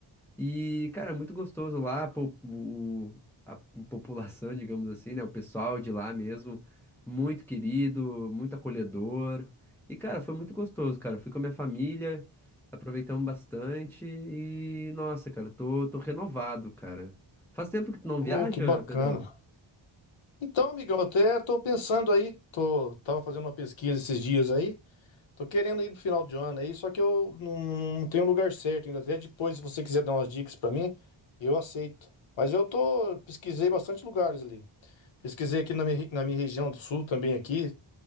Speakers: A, in the centre; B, on the left.
A: E, cara, é muito gostoso lá, po- o, a população, <laughs> digamos assim, né? O pessoal de lá mesmo, muito querido, muito acolhedor. E, cara, foi muito gostoso, cara. Fui com a minha família, aproveitamos bastante e, nossa, cara, tô, tô renovado, cara. Faz tempo que tu não
B: Oh,
A: viaja,
B: que bacana.
A: Pedrão?
B: Então, amigão, até tô pensando aí. Tô, tava fazendo uma pesquisa esses dias aí. Tô querendo ir pro final de ano aí, só que eu não, não tenho lugar certo ainda. Até depois, se você quiser dar umas dicas pra mim, eu aceito. Mas eu tô, pesquisei bastante lugares ali. Pesquisei aqui na minha, re- na minha região do sul também aqui.